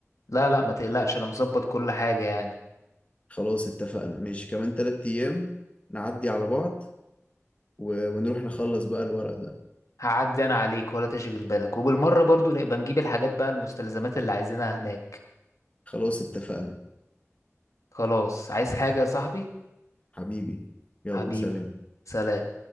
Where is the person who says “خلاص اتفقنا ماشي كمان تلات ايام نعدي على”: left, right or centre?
Left